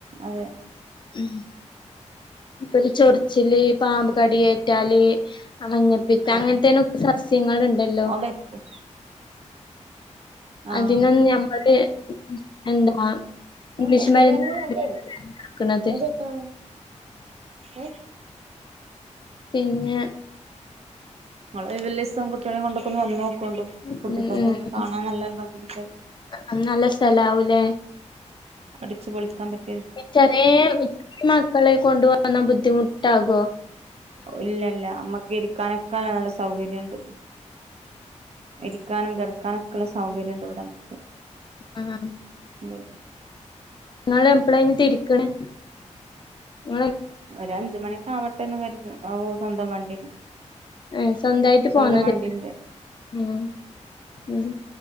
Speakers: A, on the right; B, on the left.
A: അതെ
B: ഉം ഇപ്പൊരു ചൊറിച്ചില് പാമ്പ് കടിയേറ്റാല് മഞ്ഞപ്പിത്തം
A: കടക്കും
B: അങ്ങനത്തേനൊക്കെ സസ്യങ്ങള് ഇണ്ടല്ലോ
A: ഓൻ വരട്ടെ ആഹ്
B: അതിനൊന്നും നമ്മള് എന്താ ഇംഗ്ലീഷ്
A: ഞാൻ ബസ്സിന്റെ
B: മരുന്ന്
A: കണ്ട് വരും
B: ആക്ക്ണത്
A: ഇമ്മച്ചി എത്തോള് ഏ
B: പിന്നെ
A: ഇങ്ങള് ഒഴിവുള്ളീസം കുട്ട്യാളെ കൊണ്ടൊക്കൊന്നു വന്നോക്കോണ്ടു
B: ഉം
A: കുട്ടികൾക്കൊക്കെ
B: ഉം ഉം
A: കാണാൻ നല്ലൊരു ഭംഗിണ്ട്
B: അത് നല്ല സ്ഥലാവൂലേ
A: അടിച്ച് പൊളിക്കാൻ പറ്റും
B: ഈ ചെറിയ കുഞ്ഞി മക്കളെ കൊണ്ട്‌ വന്ന ബുദ്ധിമുട്ടാവോ
A: ഇല്ല ഇല്ല അമ്മക്ക് ഇരിക്കാനൊക്കെല്ല നല്ല സൗകര്യണ്ട് ഇരിക്കാനും കെടക്കാനും ഒക്കെ ഉള്ള സൗകര്യം ഉണ്ട് ഇവിടെ നമ്മക്ക്
B: ആഹ്
A: അതെ
B: ഇങ്ങള് എപ്പളാ ഇഞ്ഞി തിരിക്ക്‌ണെ <unintelligible>
A: ഒരു അഞ്ച് മണിയൊക്കെ ആവട്ടെന്ന് കരുതി ഓ സ്വന്തം വണ്ടി
B: ഏഹ് സ്വന്തായിട്ട്
A: സ്വന്തം
B: പോന്നത്
A: വണ്ടിണ്ട്
B: ഉം ഉം